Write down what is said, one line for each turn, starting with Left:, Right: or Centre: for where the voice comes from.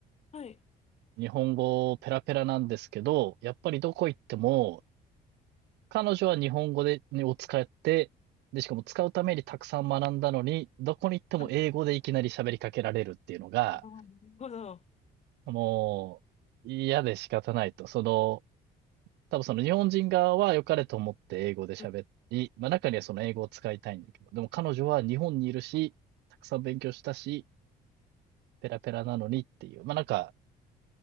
Left: はい。
Right: 日本語ペラペラなんですけど、やっぱりどこ行っても、彼女は日本語で、を使って、で、しかも使うためにたくさん学んだのに、どこに行っても英語でいきなり喋りかけられるっていうのが、
Left: はい。あーなるほど。
Right: もう、嫌で仕方ないと。その、多分その日本人側は良かれと思って英語で喋ったり、
Left: うん。
Right: まあ中にはその英語を使いたいんだけど、でも彼女は日本にいるし、たくさん勉強したし、ペラペラなのにっていう、まあなんか、